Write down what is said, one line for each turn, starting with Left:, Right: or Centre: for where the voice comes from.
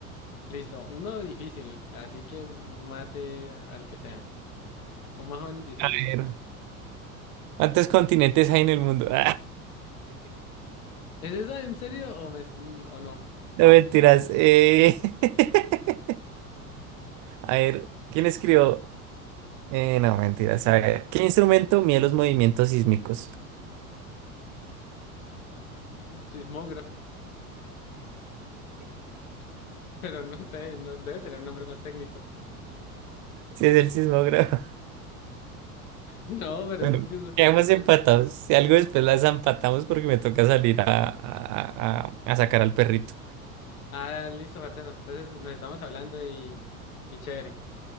Left: Listo, uno difícil, así que mate al que sea. O más o menos difícil.
Right: A ver. ¿Cuántos continentes hay en el mundo? <laughs> Ah,
Left: ¿Es esa en serio o, me, es- o no?
Right: no mentiras. Eh, <laughs> A ver, ¿quién escribió? Eh, no, mentiras. A ver, ¿qué instrumento mide los movimientos sísmicos?
Left: <laughs> Sismógrafo, pero no sé, no debe tener un nombre más técnico. <laughs>
Right: Si es el sismógrafo. <laughs>
Left: No, pero
Right: Bueno,
Left: eso es que...
Right: quedamos empatados.
Left: eso.
Right: Si algo después las empatamos porque me toca salir a, a a- a sacar al perrito.
Left: Ah, listo, Marcelo. Entonces nos estamos hablando y, y chévere.